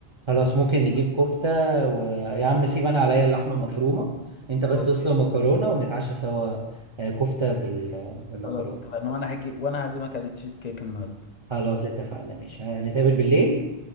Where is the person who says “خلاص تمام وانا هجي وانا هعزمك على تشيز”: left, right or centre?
Left